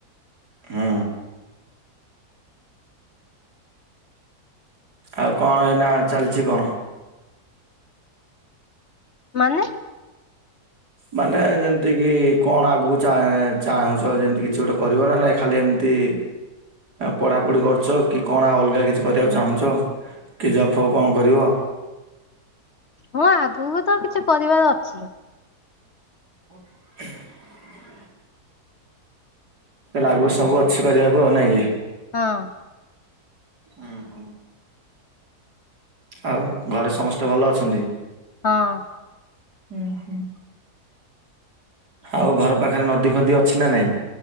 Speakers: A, on the right; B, on the left.
A: ହୁଁ। ଆଉ କଣ ଏଇନା ଚାଲିଛି କଣ?
B: ମାନେ
A: ମାନେ ଯେମିତିକି କଣ ଆଗକୁ ଚା ଚା ଚାହୁଁଛ ଯେମିତି କିଛି ଗୋଟେ କରିବ ନା ନାଇଁ ଖାଲି ଏମତି ପଢ଼ାପଢ଼ି କରୁଛ କି କଣ ଆଉ ଅଲଗା କିଛି କରିବାକୁ ଚାହୁଁଛ? କି ଜବ୍ ଫବ୍ କଣ କରିବ?
B: ହଁ ଆଗକୁ ତ କିଛି କରିବାର ଅଛି।
A: <inaudible> ଲାଗୁ ସବୁ ଅଛି କରିବାକୁ ଆଉ ନାଁ କି?
B: ହଁ।
A: ହଁ ହଁ। ଆଉ ଘରେ ସମସ୍ତେ ଭଲ ଅଛନ୍ତି?
B: ହଁ।
A: ହୁଁ ହୁଁ। ଆଉ ଘର ପାଖରେ ନଦୀ ଫଦୀ ଅଛି ନା ନାଇଁ?